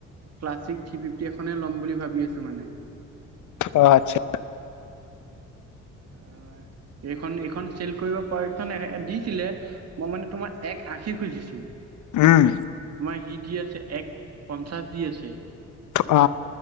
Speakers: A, on the right (about 55°); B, on the left (about 75°).
A: ক্লাছিক থি ফিফটি এখনে ল'ম বুলি ভাবি আছো মানে।
B: অ আচ্ছা
A: অ এইখন এইখন চেল কৰিব <inaudible> দিছিলে। মই মানে তোমাৰ এক আশি খুজিছো।
B: উম।
A: তোমাৰ সি দি আছে এক পঞ্চাশ দি আছে।
B: অ।